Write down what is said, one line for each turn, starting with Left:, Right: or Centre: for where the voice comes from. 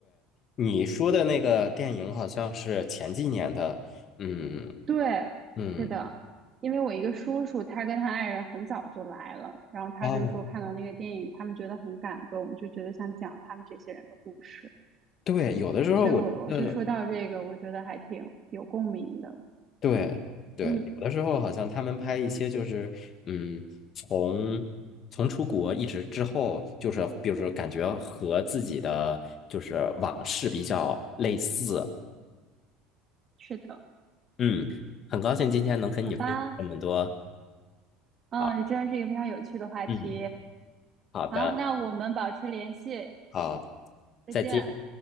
Left: 你说的那个电影好像是前几年的，嗯
Right: 对，
Left: 嗯。
Right: 是的，因为我一个叔叔，他跟他爱人很早就来了，然后他就说看到那个电影，
Left: 哦，
Right: 他们觉得很感动，就觉得想讲他们这些人的故事。
Left: 对，有的时候我觉得，
Right: 所以我我就说到这个，我觉得还挺有共鸣的。
Left: 对对，
Right: 嗯，
Left: 有的时候好像他们拍一些就是，嗯，从从出国一直之后，就是比如说感觉和自己的就是往事比较类似，
Right: 是的，
Left: 嗯，很高兴今天能跟你分享这么多，
Right: 好吧。嗯，
Left: 好，
Right: 这真是一个非常有趣的话题。
Left: 嗯，好的，
Right: 好，那我们保持联系，
Left: 好，
Right: 再见。
Left: 再见。